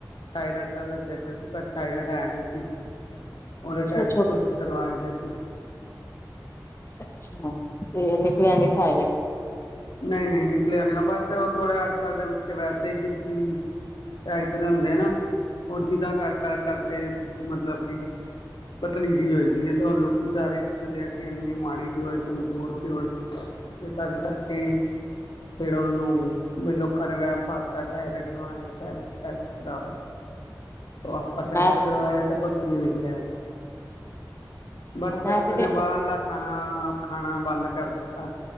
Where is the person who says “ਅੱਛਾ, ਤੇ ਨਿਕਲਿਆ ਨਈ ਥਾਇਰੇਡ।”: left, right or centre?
Left